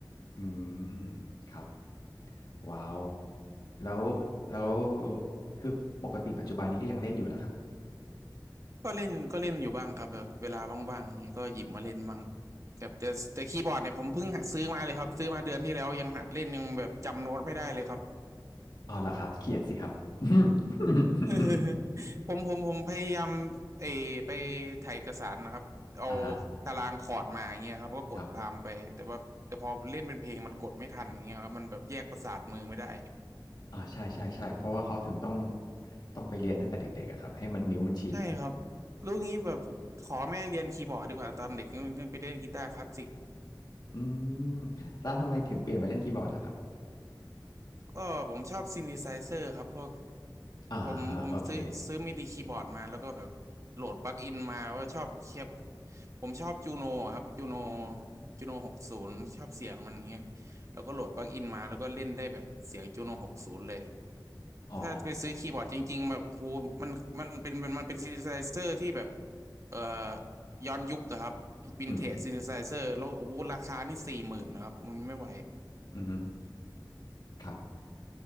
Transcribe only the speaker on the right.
ก็เล่นก็เล่นอยู่บ้างครับแบบเวลาว่างๆเนี่ยก็หยิบมาเล่นบ้างแบบแต่แต่คีย์บอร์ดเนี่ยผมเพิ่งหัดซื้อมาเลยครับซื้อมาเดือนที่แล้วยังหัดเล่นยังแบบจำโน้ตไม่ได้เลยครับ
<laughs> ผมผมผมพยายามเออไปถ่ายเอกสารนะครับเอา
ตารางคอร์ดมาอย่างเงี้ยครับก็กดตามไปแต่ว่าแต่พอเล่นเป็นเพลงมันกดไม่ทันอย่างเงี้ยครับมันแบบแยกประสาทมือไม่ได้
ใช่ครับรู้งี้แบบขอแม่เรียนคีย์บอร์ดดีกว่าตอนเด็กยังไปเล่นกีตาร์คลาสสิก
ก็ผมชอบซินธิไซเซอร์ครับพวก
ผมผมซื้อซื้อมิดีคีย์บอร์ดมาแล้วก็แบบโหลดปลั๊กอินมาว่าชอบเคียบ
ผมชอบจูโนครับจูโนจูโนหกศูนย์ชอบเสียงมันเงี้ยแล้วก็โหลดปลั๊กอินมาแล้วก็เล่นได้แบบเสียงจูโนหกศูนย์เลย
ถ้าไปซื้อคีย์บอร์ดจริงๆแบบโหมันมันเป็นมันเป็นซินธิไซเซอร์ที่แบบเอ่อย้อนยุคอะครับวินเทจซินธิไซเซอร์แล้วโอ้โหราคานี่สี่หมื่นนะครับมันไม่ไหว